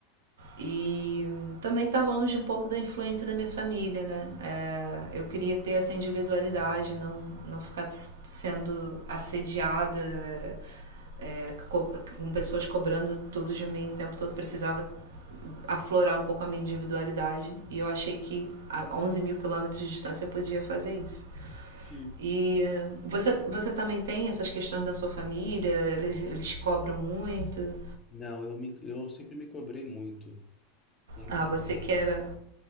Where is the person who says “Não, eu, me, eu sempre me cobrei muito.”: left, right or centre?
Left